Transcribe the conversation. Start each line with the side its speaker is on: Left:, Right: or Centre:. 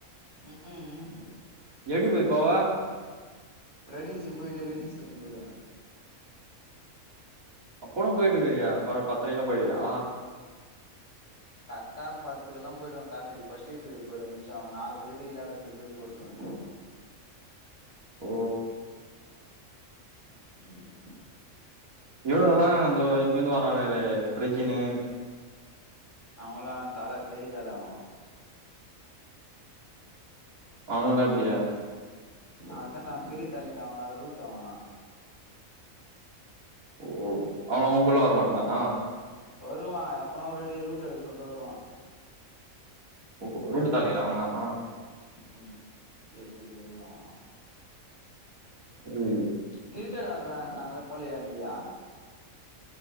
Left: ம்க்ம்
Right: எப்டி போய் போவா
Left: ரெடிஸ்ஸி போயிட்டு ரெடிஸ்ஸி வந்து போய்டுவே
Right: அப்போத போயிட்டுக்குறியா பத்ரேக்கெல்லா போய்டுவியா
Left: கர்ட பத்துக்கெல்லா போய்டுவே காலேஜ்கு ஃபஸ்ட் பிரியட் போய்டுவே மிச்சம் நாலு ப்ரிடு இல்லா ரெண்டு ப்ரிடு போட்ருவே
Right: ஓ
Left: ம்
Right: இவங்கலா இந்த இங்கிருந்து வர பிரஜினு
Left: அவங்கல்லா தல பெரிய தல அவங்க
Right: அவனுகல்லா எப்டி
Left: அதா நா பெரிய தலைன அவன்லா ரூட் அவன்லா
Right: ஓ அவ உன்கூடல்லா வரமாட்டானா
Left: வருவா எப்பனா ஒரு வாட்டி ரூட் எடுக்க சொல்தா வருவா
Right: ஓ ரூட் தரலைங்களா இவ்ளோ நேரோ
Left: ம்ஹும் பெரி பெரி கைங்க அவுங்க
Right: ம்
Left: கிரிக்கெட் ஆடுறானால போலியா நீயி